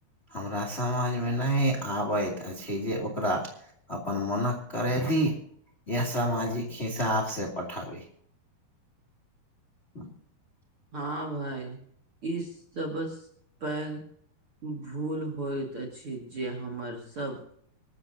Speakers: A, on the left; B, on the right.
A: हमरा समझ मे नहि आबैत अछि जे ओकरा अपन मोन करे ही या सामाजिक हिसाब से पठाबी। <unintelligible>
B: हँ भाई, इस सबस पैग भूल होइत अछि जे हमर सभ